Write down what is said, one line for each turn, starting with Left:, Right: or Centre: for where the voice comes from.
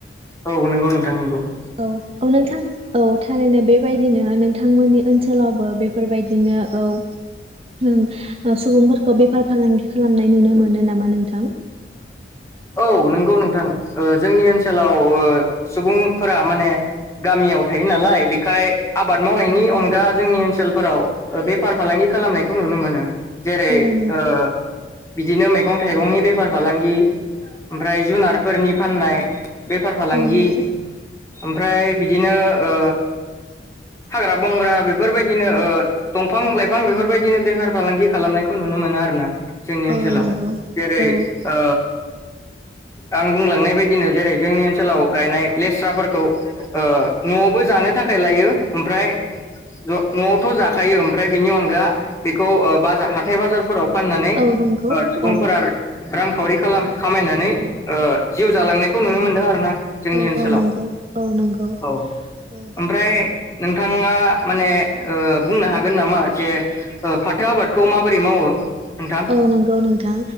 Left: औ नोंगौ नोंथां नोंगौ।
Right: औ-औ नोंथां। औ थारैनो बेबायदिनो नोंथांमोननि ओनसोलावबो बेफोरबायदिनो औ। होम ओ सुबुंफोरखौ बेफार फालांगि खालामनाय नुनो मोनो नामा नोंथां?
Left: औ नंगौ नोंथां ओ जोंनि ओनसोलाव ओ सुबुंफोरा माने गामि याव थायो नालाय बेखाय आबाद मावनायनि अनगा जोंनि ओनसोलफोराव बेफार फालांगि खालामनायखौ नुनो मोनो जेरै-
Right: औ नंगौ
Left: ओ बिदिनो मैगं-थाइगंनि बे फार फालांगि ओफ्राय जुनारफोरनि फाननाय बेफार फालांगि।
Right: औ नंगौ
Left: ओमफ्राय बिदिनो ओ
Right: <unintelligible>
Left: हाग्रा-बंग्रा बेफोरबायदिनो ओ दंफां-लाइफां बेफोरबायदिनो बेफार फालांगि खालामनायखौ नुनो मोनो आरोना। जोंनि
Right: औ
Left: ओनसोलाव
Right: नंगौ
Left: जेरै
Right: औ
Left: ओ आं बुंलांनाय बायदिनो जेरै- जोंनि ओनसोलाव गायनाय। लेस्राफोरखौ ओ न'आवबो जानो थाखाय लायो ओमफ्राय ज न'आवथ' जाखायो ओमफ्राय बिनि अनगा। बेखौ ओ बाजार हाथथाय बाजारफोराव फाननानै
Right: औ नंगौ
Left: ओ सुबुंफोरा
Right: औ
Left: रांखावरि खालाम-खामायनानै ओ जिउ जालांनायखौ नुनो मोनदों आरोना। जोंनि
Right: औ
Left: ओनसोलाव
Right: औ नंगौ औ नंगौ
Left: औ
Right: औ
Left: ओमफ्राय नोंथाङा माने ओ बुंना हागोन नामा जे ओ फाथो आबादखौ माबोरै मावो? नोंथां?
Right: औ नंगौ नोंथां